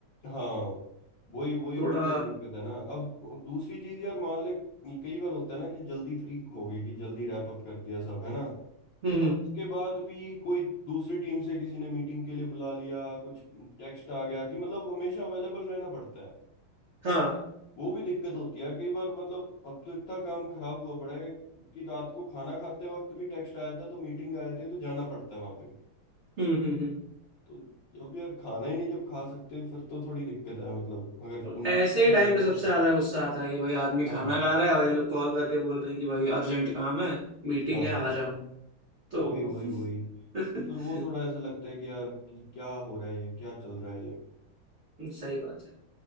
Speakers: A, on the left; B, on the right.
A: हाँ वही वही
B: थोड़ा
A: वही मेन दिक्कत है ना अब दूसरी चीज यार मान ले कई बार होता है ना कि जल्दी फ्री हो गए कि जल्दी रैप अप कर दिया सब है ना
B: हम्म
A: पर
B: हम्म,
A: उसके बाद भी कोई दूसरी टीम से किसी ने मीटिंग के लिए बुला लिया कुछ टेक्स्ट आ गया कि मतलब हमेशा अवेलेबल रहना पड़ता है
B: हाँ
A: वो भी दिक्कत होती है यार कई बार मतलब अब तो इतना काम खराब हुआ पड़ा है कि रात को खाना खाते वक्त भी टेक्स्ट आया था तो मीटिंग आए थे तो जाना पड़ता है वहां पे
B: हम्म हम्म हम्म
A: तो अब यार खाना ही नहीं जब खा सकते फिर तो थोड़ी दिक्कत है मतलब अगर
B: तो
A: तुम
B: ऐसे
A: ध्यान
B: ही टाइम पे
A: भी
B: सबसे
A: से
B: ज्यादा गुस्सा आता है कि भाई आदमी खाना
A: हाँ हाँ
B: खा रहा है और ये लोग कॉल करके बोल रहे हैं कि भाई अर्जेंट काम है मीटिंग
A: हाँ
B: है आ जाओ तो
A: वही वही वही तो
B: <laughs>
A: फिर वो थोड़ा ऐसे लगता है कि यार कि क्या हो रहा है ये क्या चल रहा है ये
B: सही बात है